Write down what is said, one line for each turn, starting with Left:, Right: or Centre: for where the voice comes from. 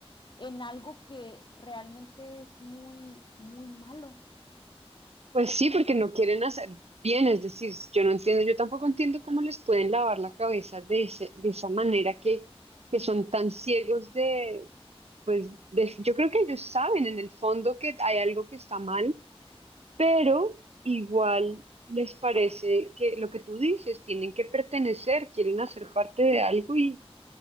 Left: en algo que realmente es muy, muy malo.
Right: Pues sí, porque no quieren hacer bien, es decir, yo no entiendo, yo tampoco entiendo cómo les pueden lavar la cabeza de ese, de esa manera que, que son tan ciegos de, pues de- yo creo que ellos saben en el fondo que hay algo que está mal, pero igual les parece que lo que tú dices, tienen que pertenecer, quieren hacer parte de algo y,